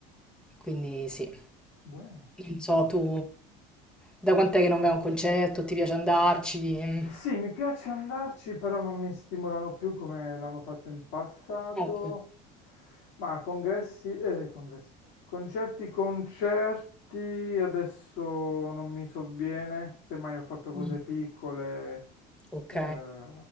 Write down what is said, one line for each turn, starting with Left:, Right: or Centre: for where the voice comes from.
Centre: Quindi sì,
Left: Buono,
Centre: non
Left: ok.
Centre: so tu da quant'è che non vai a un concerto, ti piace andarci? Mm.
Left: Sì, mi piace andarci, però non mi stimolano più come l'hanno fatto in passato.
Centre: Ok,
Left: Ma congressi, eh, congressi, concerti, concerti, adesso non mi sovviene, semmai ho fatto cose
Centre: Mm.
Left: piccole,
Centre: ok.
Left: eh,